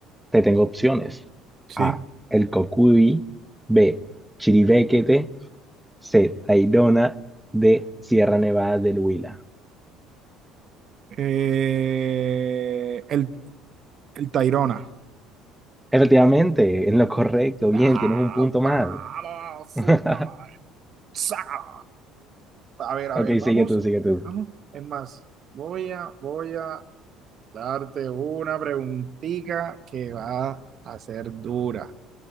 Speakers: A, in the centre; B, on the right (about 50°).
A: Te tengo opciones.
B: sí.
A: A. El Cocuy. B. Chiribiquete. C. Tayrona. D. Sierra Nevada del Huila.
B: Eh, el, el Tayrona.
A: Efectivamente, es lo correcto. Bien,
B: Ah,
A: tienes un punto
B: vamos,
A: más. <laughs>
B: fútbol, saca. A ver, a
A: Ok,
B: ver, vamos,
A: sigue tú, sigue tú.
B: vamos. Es más, voy a, voy a darte una preguntita que va a ser dura.